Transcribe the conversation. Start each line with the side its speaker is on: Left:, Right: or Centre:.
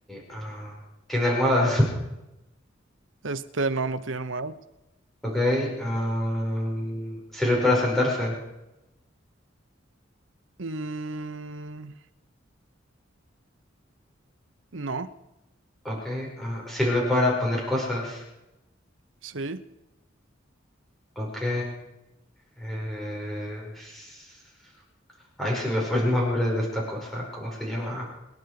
Centre: ah, tiene almohadas. <laughs>
Right: Este, no, no tiene almohadas.
Centre: Ok, ah, sirve para sentarse.
Right: Mm, no,
Centre: Ok, ah, sirve para poner cosas.
Right: sí.
Centre: Ok, eh, s- ay, se me fue el nombre de esta cosa. ¿Cómo se llama?